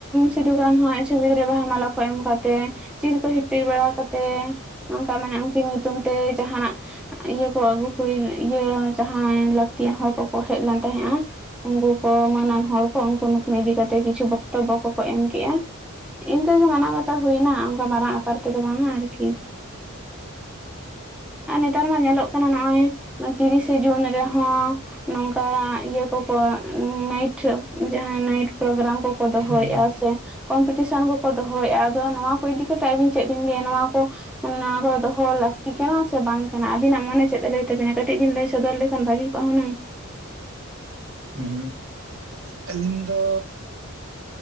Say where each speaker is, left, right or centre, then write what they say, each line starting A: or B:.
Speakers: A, in the centre; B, on the right.
A: ᱥᱤᱫᱩᱠᱱᱩᱣᱟᱜ ᱪᱷᱚᱵᱤ ᱨᱮ ᱵᱟᱦᱟ ᱢᱟᱞᱟ ᱠᱚ ᱮᱢ ᱠᱟᱛᱮ ᱪᱤᱨ ᱠᱚ ᱦᱤᱯᱤᱤᱨ ᱵᱟᱲᱟ ᱠᱟᱛᱮᱮᱫ ᱱᱚᱚᱱᱠᱟ ᱢᱟᱱᱮ ᱩᱱᱠᱤᱱ ᱧᱩᱛᱩᱢ ᱛᱮ ᱡᱟᱦᱟᱱᱟᱜ ᱤᱭᱟᱹ ᱠᱚ ᱟᱹᱜᱩ ᱠᱚ ᱤᱭᱟᱹ ᱡᱟᱦᱟᱸᱭ ᱞᱟᱹᱠᱛᱤᱭᱟᱱ ᱦᱚᱲ ᱠᱚᱠᱚ ᱦᱮᱡ ᱞᱮᱱ ᱛᱟᱦᱮᱸᱫᱼᱟ ᱩᱱᱠᱩ ᱠᱚ ᱮᱢᱟᱱᱟᱱ ᱦᱚᱲ ᱠᱚ ᱩᱱᱠᱩ ᱱᱩᱠᱩ ᱤᱫᱤ ᱠᱟᱛᱮ ᱠᱤᱪᱷᱩ ᱵᱚᱠᱛᱚᱵᱚ ᱠᱚᱠᱚ ᱮᱢ ᱠᱮᱜᱼᱟ ᱤᱱᱠᱟᱹᱜᱮ ᱢᱟᱱᱟᱣ ᱵᱟᱛᱟᱣ ᱦᱩᱭᱱᱟ ᱚᱱᱠᱟ ᱢᱟᱨᱟᱝ ᱟᱠᱟᱨ ᱛᱮᱫᱚ ᱵᱟᱝᱼᱟ ᱟᱨᱠᱤ ᱟᱨ ᱱᱮᱛᱟᱨ ᱢᱟ ᱧᱮᱞᱚᱜ ᱠᱟᱱᱟ ᱱᱚᱜᱼᱚᱭ ᱛᱤᱨᱤᱥᱮ ᱡᱩᱱ ᱨᱮᱦᱚᱸ ᱱᱚᱝᱠᱟ ᱤᱭᱟᱹ ᱠᱚᱠᱚ ᱱᱟᱭᱤᱴ ᱡᱟᱦᱟᱸ ᱱᱟᱭᱤᱴ ᱯᱨᱳᱜᱨᱟᱢ ᱠᱚᱠᱚ ᱫᱚᱦᱚᱭᱮᱫᱼᱟ
B: ᱦᱩᱸ
A: ᱥᱮ ᱠᱚᱢᱯᱤᱴᱤᱥᱮᱱ ᱠᱚᱠᱚ ᱫᱚᱦᱚᱭᱮᱫᱼᱟ ᱟᱫᱚ ᱱᱚᱣᱟ ᱠᱚ ᱤᱫᱤ ᱠᱟᱛᱮᱫ ᱟᱹᱵᱤᱱ ᱪᱮᱫ ᱵᱤᱱ ᱞᱟᱹᱭᱟ ᱱᱚᱣᱟ ᱠᱚ ᱢᱟᱱᱮ ᱱᱚᱣᱟ ᱠᱚ ᱫᱚᱦᱚ ᱞᱟᱹᱠᱛᱤ ᱠᱟᱱᱟ ᱥᱮ ᱵᱟᱝ ᱠᱟᱱᱟ ᱟᱵᱤᱱᱟᱜ ᱢᱚᱱᱮ ᱪᱮᱫ ᱮ ᱞᱟᱹᱭ ᱛᱟᱹᱵᱤᱱᱟ ᱠᱟᱹᱴᱤᱡ ᱵᱤᱱ ᱞᱟᱹᱭ ᱥᱚᱫᱚᱨ ᱞᱮᱠᱷᱟᱱ ᱵᱷᱟᱜᱤ ᱚᱱᱟ
B: ᱦ ᱟᱹᱞᱤᱧ ᱫᱚ